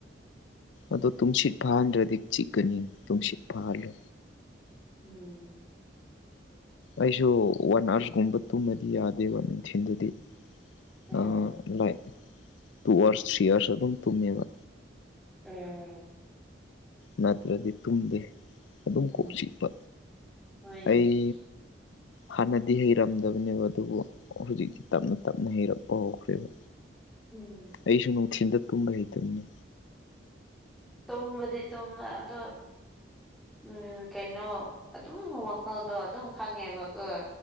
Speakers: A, on the left; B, in the centre.
A: ꯑꯗꯣ ꯇꯨꯝꯁꯤꯠ ꯐꯥꯍꯟꯗ꯭ꯔꯗꯤ ꯆꯤꯛꯀꯅꯤ ꯇꯨꯝꯁꯤꯠ ꯐꯥꯍꯜꯂꯣ
B: ꯎꯝ
A: ꯑꯩꯁꯨ ꯋꯥꯟ ꯑꯥꯋꯥꯔ ꯒꯨꯝꯕ ꯇꯨꯝꯃꯗꯤ ꯌꯥꯗꯦꯕ ꯅꯨꯡꯊꯤꯟꯗꯗꯤ
B: ꯑꯣ
A: ꯑꯥ like two hours three hours ꯑꯗꯨꯝ ꯇꯨꯝꯃꯦꯕ
B: ꯑꯣ
A: ꯅꯠꯇ꯭ꯔꯗꯤ ꯇꯨꯝꯗꯦ ꯑꯗꯨꯝ
B: ꯎꯝ
A: ꯀꯣꯛ ꯆꯤꯛꯄ
B: ꯍꯣꯏꯅꯦ
A: ꯑꯩ ꯍꯥꯟꯅꯗꯤ ꯍꯩꯔꯝꯗꯕꯅꯦꯕ ꯑꯗꯨꯕꯨ ꯑꯣ ꯍꯧꯖꯤꯛꯇꯤ ꯇꯞꯅ ꯇꯞꯅ ꯍꯩꯔꯛꯄ ꯍꯧꯈ꯭ꯔꯦꯕ
B: ꯎꯝ
A: ꯑꯩꯁꯨꯨ ꯅꯨꯡꯊꯤꯟꯗ ꯇꯨꯝꯕ ꯍꯩꯇꯕꯅꯦ
B: ꯇꯨꯝꯕꯗꯤ ꯇꯨꯝꯕ ꯑꯗꯣ ꯎꯝ ꯀꯩꯅꯣ ꯑꯗꯨꯝ ꯋꯥꯈꯜꯗꯣ ꯑꯗꯨꯝ ꯈꯪꯉꯦꯕꯀꯣ